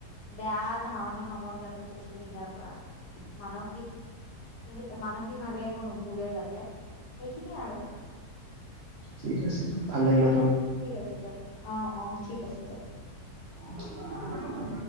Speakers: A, on the left; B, on the right.
A: বেয়া ধাৰণা নলওক যাতে চচিয়েল মিডিয়াৰ পৰা মানসিক মানসিকভাৱে একো নোভোগে যাতে সেইখিনিয়ে আৰু
B: ঠিক আছে দিয়ক ভাল লাগিলে
A: ঠিক আছে দিয়ক অ অ ঠিক আছে দিয়ক
B: উ <unintelligible>